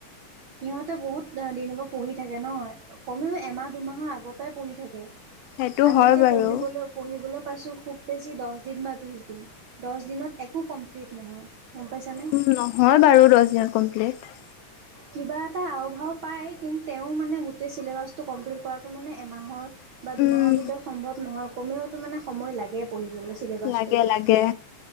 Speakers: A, on the right; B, on the left.
A: সিহঁতে বহুত দিন পৰা পঢ়ি থাকে নহ কমেও এমাহ দুমাহৰ আগৰ পৰাই পঢ়ি থাকে
B: সেইটো
A: আমি
B: হয়
A: এতিয়া
B: বাৰু
A: পঢ়িবলৈ পঢ়িবলৈ পাইছো খুব বেছি দহ দিন বা বিশ দিন দহ দিনত একো কমপ্লিট নহয় গম পাইছানে?
B: উ নহয় বাৰু দহ দিনত কমপ্লিট
A: কিবা এটা আও ভাৱ পাই কিন্তু তেওঁ মানে গোটেই চিলেবাছ কমপ্লিট কৰাটো মানে এমাহৰ বা দুমাহৰ
B: উম
A: ভিতৰত সম্ভৱ নহয় কমেও তো মানে সময় লাগে পঢ় মে চিলেবাছটো
B: লাগে লাগে